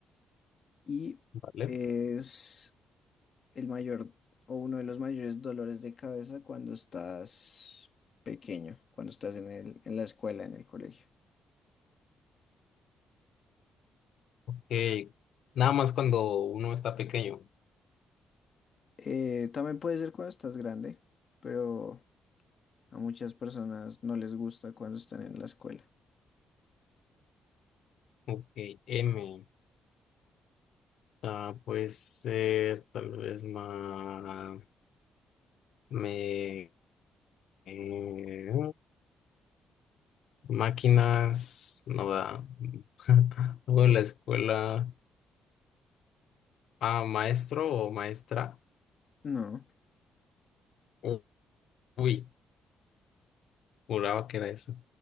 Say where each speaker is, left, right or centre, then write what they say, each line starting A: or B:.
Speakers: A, on the left; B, on the left.
A: y
B: ¿vale?
A: es el mayor o uno de los mayores dolores de cabeza cuando estás pequeño, cuando estás en el, en la escuela, en el colegio.
B: Eh, nada más cuando uno está pequeño.
A: Eh, también puede ser cuando estás grande, pero a muchas personas no les gusta cuando están en la escuela.
B: Ok, M. Ah, puede ser tal vez más... Me... eh, máquinas, no da. <laughs> Luego en la escuela... Ah, maestro o maestra.
A: No,
B: U- Uy, juraba que era eso.